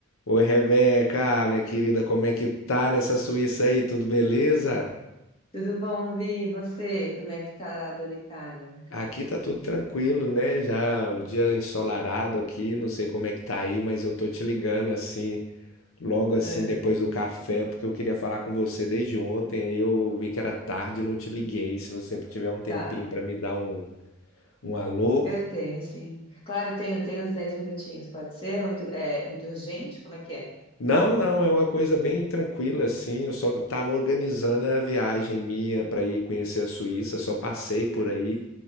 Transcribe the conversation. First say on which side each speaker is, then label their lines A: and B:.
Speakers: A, on the left; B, on the left.
A: Oi, Rebeca, minha querida, como é que tá nessa Suíça aí? Tudo beleza?
B: Tudo bom, Vi? E você? Como é que tá, Dona Itália?
A: Aqui tá tudo tranquilo, né? Já o dia ensolarado aqui, não sei como é que tá aí, mas eu tô te ligando assim, logo assim
B: Ah,
A: depois do café, porque eu queria falar com você desde ontem, aí eu vi que era tarde e não te liguei. Se você tiver um tempinho
B: tá,
A: pra me dar um, um alô.
B: eu tenho, sim. Claro, tenho, tenho uns 10 minutinhos, pode ser? Muito, é, muito urgente? Como é que é?
A: Não, não, é uma coisa bem tranquila assim. Eu só tava organizando a viagem minha pra ir conhecer a Suíça, só passei por aí.